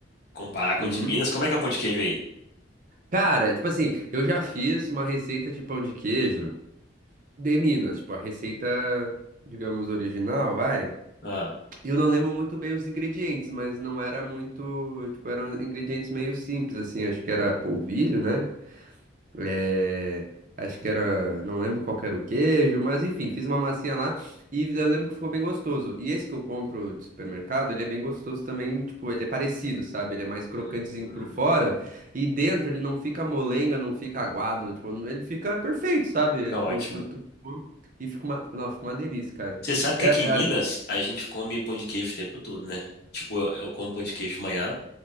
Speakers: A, on the left (about 55°); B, on the right (about 45°).
A: comparar com
B: Uhum.
A: o de Minas, como é que é o pão de queijo aí?
B: Cara, tipo assim, eu já fiz uma receita de pão de queijo de Minas. Tipo, a receita, digamos, original, vai.
A: Ah,
B: Eu não lembro muito bem os ingredientes, mas não era muito, tipo, eram ingredientes meio simples, assim, acho que era polvilho, né? É, acho que era, não lembro qual que era o queijo, mas enfim, fiz uma massinha lá e eu lembro que ficou bem gostoso. E esse que eu compro de supermercado, ele é bem gostoso também, tipo, ele é parecido, sabe? Ele é mais
A: hum,
B: crocantezinho por fora e dentro ele não fica molenga, não fica aguado, tipo, ele fica perfeito, sabe?
A: é
B: Tu,
A: ótimo.
B: tu, tu, come e fica uma, não, fica uma delícia, cara.
A: Você sabe que
B: É,
A: aqui em Minas
B: é,
A: a gente come pão de queijo o tempo todo, né? Tipo, eu, eu como pão de queijo de manhã,